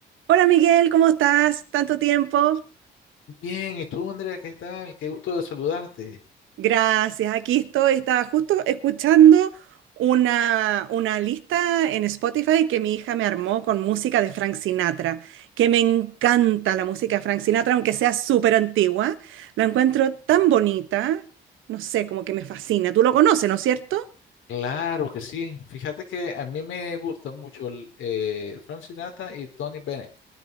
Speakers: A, on the right; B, on the left.
A: Hola Miguel, ¿cómo estás? Tanto tiempo.
B: Bien, ¿y tú, Andrea, qué tal? Qué gusto de saludarte.
A: Gracias, aquí estoy. Estaba justo escuchando una, una lista en Spotify que mi hija me armó con música de Frank Sinatra, que me encanta la música de Frank Sinatra, aunque sea súper antigua. La encuentro tan bonita, no sé, como que me fascina. Tú lo conoces, ¿no es cierto?
B: Claro que sí. Fíjate que a mí me gusta mucho el, eh, Frank Sinatra y Tony Bennett.